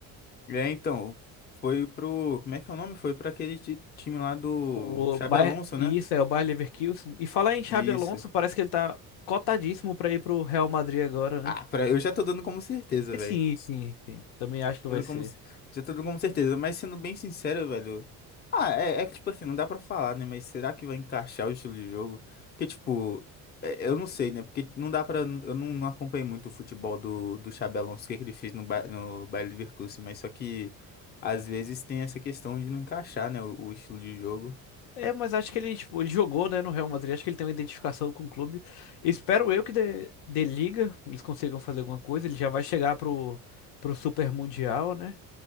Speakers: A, on the left; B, on the left.
A: É, então, foi pro, como é que é o nome? Foi pra aquele ti- time lá do
B: O
A: Xabi
B: Bayer,
A: Alonso,
B: isso
A: né?
B: é o Bayer Leverkusen. E falar em Xabi
A: Isso.
B: Alonso, parece que ele tá cotadíssimo pra ir pro Real Madrid agora, né?
A: Ah, pra, eu já tô dando como certeza,
B: E
A: velho.
B: sim, sim, sim. Também acho que vai
A: Tendo
B: ser.
A: como, já tô com certeza, mas sendo bem sincero, velho. Ah, é, é que, tipo assim, não dá pra falar, né? Mas será que vai encaixar o estilo de jogo? Porque, tipo, é- eu não sei, né? Porque não dá pra. Eu não, não acompanhei muito o futebol do, do Xabi Alonso, o que, é que ele fez no, Ba- no Bayer Leverkusen, mas só que às vezes tem essa questão de não encaixar, né? O, o estilo de jogo.
B: É, mas acho que ele, tipo, ele jogou, né, no Real Madrid. Acho que ele tem uma identificação com o clube. Espero eu que dê, dê liga, eles consigam fazer alguma coisa. Ele já vai chegar pro, pro Super Mundial, né?